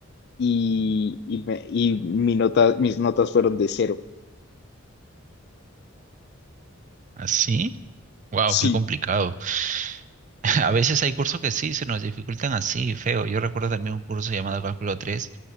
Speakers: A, on the left; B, on the right.
A: y, y, me- y mi nota, mis notas fueron de cero.
B: ¿Así? Wow,
A: Sí.
B: qué complicado. <laughs> A veces hay cursos que sí se nos dificultan así, feo. Yo recuerdo también un curso llamado Cálculo 3